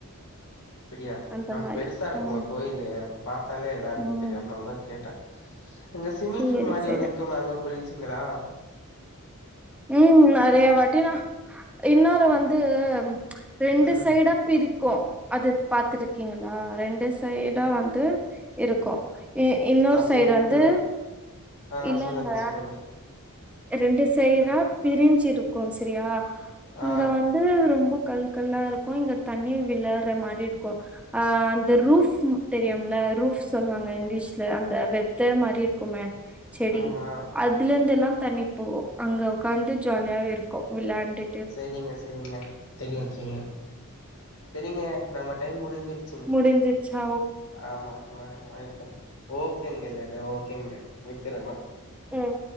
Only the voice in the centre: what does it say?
அந்த
மாரி
ம்
ம்
சேரி
சேரி
ம் நெறைய வாட்டிணா இன்னொரு வந்து ச் ரெண்டு
சைடா பிரிச் க்கும் அது பாத்ருக்கீங்களா ரெண்டு சைடா வந்து இருக்கு இன்னொரு
சைடு
வந்து
இல்லங்க
ரெண்டு சைடா பிரிஞ்சிருக்கு சரியா
இங்க வந்து ம்ம் ரொம்ப கல்கல்லா இருக்கு இங்க தண்ணீர் விளர்ற மாரி இருக்கு அ அந்த ரூஃப் தெரியும்ல ரூஃப் சொல்வாங்க இங்கிலீஷ்ல அந்த வெத்த மாரி இருக்கு குமெ செடி
அதுல இருந்து எல்லா தண்ணி போவூம் அங்க உக்காந்து ஜாலியாவே இருக்கு வெளாண்டு
முடிஞ்சுச்சா
உம்